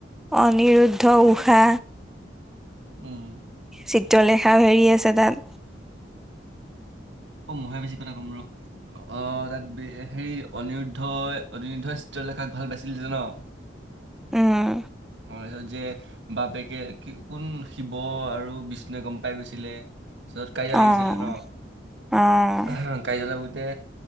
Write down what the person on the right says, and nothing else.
উম
অ' মইহে বেছি কথা ক'ম ৰ । অ' তাত হেৰি অনিৰুদ্ধই-অনিৰুদ্ধই চিত্ৰলেখাক ভাল পাইছিল যে ন?
তাৰপিছত যে বাপেকে কোন শিৱ আৰু বিষ্ণুৱে গম পাই গৈছিলে। তাৰ পিছত কাজিয়া লাগিছিলে
ন
। কাজিয়া লাগোতে